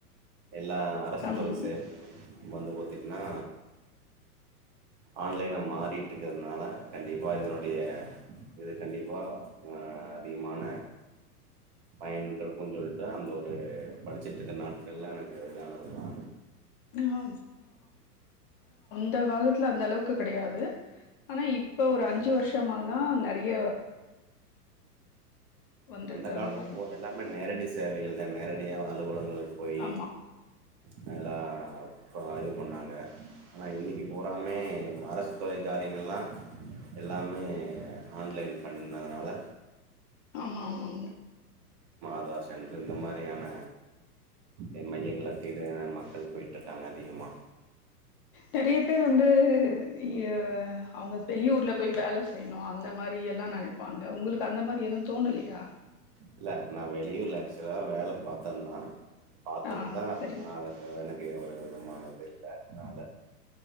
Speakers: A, on the right (about 30°); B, on the left (about 35°).
A: எல்லா அரசு
B: ஆமா
A: துறை <unintelligible> வந்து பாத்தீங்னா ஆன்லைனா மாறிட்ருக்கறனால கண்டிப்பா இதனுடைய இது கண்டிப்பா ஆ அதிகமான பயன் <unintelligible> சொல்ட்டுதா அந்த ஒரு படிச்சிட்ருந்த நாட்கள்ல எனக்கு இது ஆனது தா
B: ஆ இந்த காலத்துல அந்த அளவுக்கு கெடையாது ஆனா இப்ப ஒரு அஞ்சு
A: ஆ
B: வர்ஷமா தா ந நெறைய வந்திருக்கு
A: அந்த காலத்துல
B: மாரி
A: போட் எல்லாமே நேரடி சேவைகள் தா நேர டியா அலுவலங்கள் போய்
B: ஆமா
A: அதல்லா அப்போ இது பண்ணாங்க ஆனா இன்னக்கி பூராவுமே அரசு துறை காரியங்கல்லா எல்லாமே ஆன்லைன் பண்ணதுனால
B: ஆமா ஆமா
A: <unintelligible> சென்ட்ரு இந்த மாரியான என் மைய <unintelligible> மக்கள் போய்ட் ட்ருக்காங்க அதிகமாக
B: நெறைய பேர் வந்து ய அ அவுங்க வெளி ஊர்ல போய் வேல செய்ணு அந்த மாரி எல்லா நெனைப்பாங்க உங்களுக்கு அந்த மாரி எது தோணலையா
A: இல்ல நா வெளியூர்ல ஆக்ஷுவலா வேல பாத்தந்தா பாத்துட்டுதா
B: ஆ
A: அது
B: சரிங்க
A: நா அது எனக் ஒரு விதமான இது இல்ல அதனால